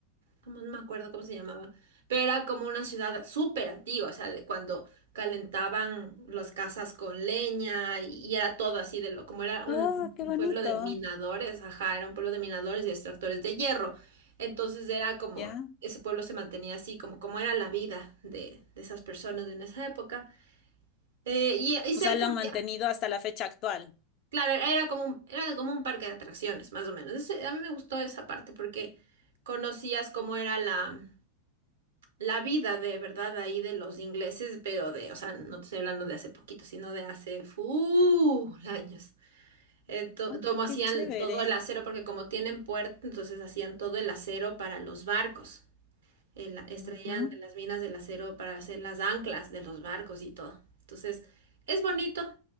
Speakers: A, on the right (about 65°); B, on the left (about 35°).
A: como no me acuerdo cómo se llamaba, pero era como una ciudad súper antigua, o sea, de cuando calentaban las casas con leña y, y era todo así de lo, como era un,
B: Oh, qué
A: un
B: bonito.
A: pueblo de minadores, ajá, era un pueblo de minadores y extractores de hierro. Entonces era como,
B: Ya.
A: ese pueblo se mantenía así, como, como era la vida de, de esas personas en esa época. Eh, y, y cerca
B: O sea, lo han
A: había,
B: mantenido hasta la fecha actual.
A: claro, era como un, era como un parque de atracciones, más o menos. Ese- a mí me gustó esa parte porque conocías cómo era la la vida de verdad ahí de los ingleses, pero de, o sea, no te estoy hablando de hace poquito, sino de hace full <laughs> años. Eh, to-
B: Ah,
A: como hacían
B: qué chévere.
A: todo el acero, porque como tienen puerto, entonces hacían todo el acero para los barcos. El- extraían
B: Ujú.
A: de las minas del acero para hacer las anclas de los barcos y todo. Entonces, es bonito.